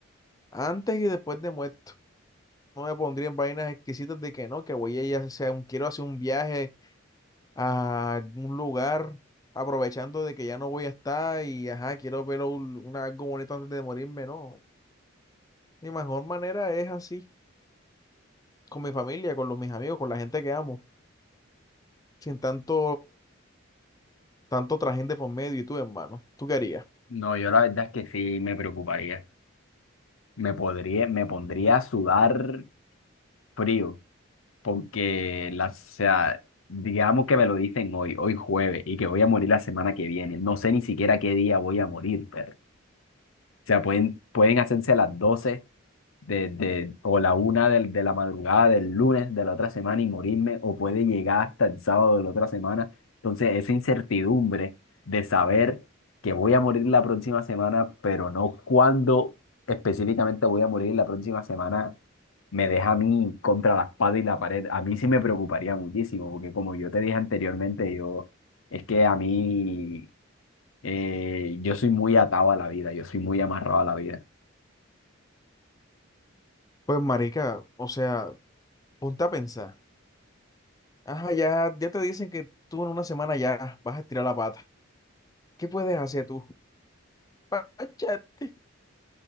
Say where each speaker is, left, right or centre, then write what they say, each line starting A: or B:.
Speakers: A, on the left; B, on the left.
A: antes y después de muerto. No me pondría en vainas exquisitas de que no, que voy a ir a hacer un, quiero hacer un viaje a un lugar aprovechando de que ya no voy a estar y ajá, quiero ver un- una, algo bonito antes de morirme, no. Mi mejor manera es así, con mi familia, con los, mis amigos, con la gente que amo, sin tanto, tanto trajín de por medio y tú, hermano. ¿Tú qué harías?
B: No, yo la verdad es que sí me preocuparía. Me podría, me pondría a sudar frío, porque la, o sea, digamos que me lo dicen hoy, hoy jueves, y que voy a morir la semana que viene. No sé ni siquiera qué día voy a morir, pero. O sea, pueden, pueden hacerse las 12 de, de- o la una del- de, la madrugada del lunes de la otra semana y morirme, o puede llegar hasta el sábado de la otra semana. Entonces, esa incertidumbre de saber que voy a morir la próxima semana, pero no cuándo específicamente voy a morir la próxima semana, me deja a mí contra la espada y la pared. A mí sí me preocuparía muchísimo, porque como yo te dije anteriormente, yo, es que a mí, eh, yo soy muy atado a la vida, yo soy muy amarrado a la vida.
A: Pues marica, o sea, ponte a pensar. Ajá, ya, ya te dicen que tú en una semana ya vas a estirar la pata. ¿Qué puedes hacer tú? Páchate.